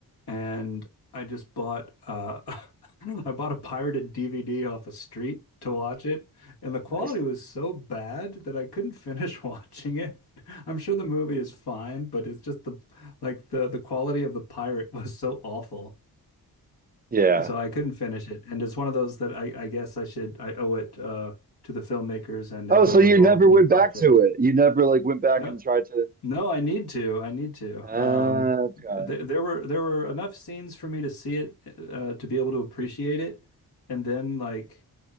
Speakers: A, on the left (about 80°); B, on the right (about 25°).
A: and I just bought uh <laughs> I bought a pirated DVD off a street to watch it, and the quality
B: Nice.
A: was so bad that I couldn't finish <laughs> watching it. I'm sure the movie is fine, but it's just the like the the quality of the pirate <laughs> was so awful
B: Yeah.
A: so I couldn't finish it. And it's one of those that I, I guess I should I owe it uh, to the filmmakers and
B: Oh,
A: everyone
B: so you
A: involved
B: never
A: in
B: went
A: the project.
B: back to it. You never like went back
A: No,
B: and tried to.
A: no, I need to. I need to.
B: Uh,
A: Um,
B: okay.
A: th there were there were enough scenes for me to see it uh, to be able to appreciate it, and then like